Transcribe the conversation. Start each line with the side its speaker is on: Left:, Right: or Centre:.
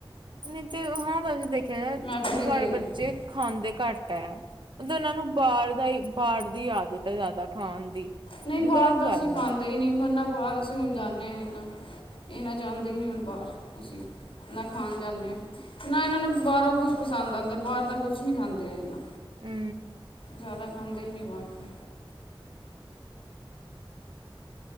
Right: ਨ ਤੇ ਉਹਨਾਂ ਦਾ ਵਿ ਦੇਖ
Left: ਮੈਂ ਵੀ ਨਹੀਂ
Right: ਵਾਲੇ
Left: ਦੇ ਰਹੀ
Right: ਬੱਚੇ ਖਾਂਦੇ ਘੱਟ ਹੈ ਉਹਨਾਂ ਨੂੰ ਬਾਹਰ ਬਾਹਰ ਦੀ ਆਦਤ ਹੈ ਜ਼ਿਆਦਾ ਖਾਣ ਦੀ
Left: ਨਹੀਂ ਬਾਹਰ
Right: ਗ਼ਲਤ
Left: ਤਾਂਸੀ
Right: ਗੱਲ
Left: ਸ ਖਾਂਦੇ
Right: ਹੈ
Left: ਹੀ ਨਹੀਂ ਮਨਾ ਬਾਹਰ ਅਸੀਂ ਹੁਣ ਜਾਂਦੇ ਹਾਂ ਇਹਨਾ ਇਹ ਨਾ ਚਾਹੁੰਦੇ ਹੀ ਨੀ ਹੁਣ ਬਾਹਰ ਅਸੀਂ ਨਾ ਖਾਣ ਜਾਂਦੇ ਹਾਂ ਨਾ ਇਹਨਾਂ ਨੂੰ ਬਾਹਰੋਂ ਕੁਛ ਪਸੰਦ ਆਉਂਦਾ ਬਾਹਰ ਦਾ ਕੁਛ ਨੀ ਖਾਂਦੇ ਆ ਇਹਨਾ
Right: ਹੂੰ,
Left: ਜ਼ਿਆਦਾ ਖਾਦੇ ਹੀ ਨਹੀਂ ਬਾਰ ਦਾ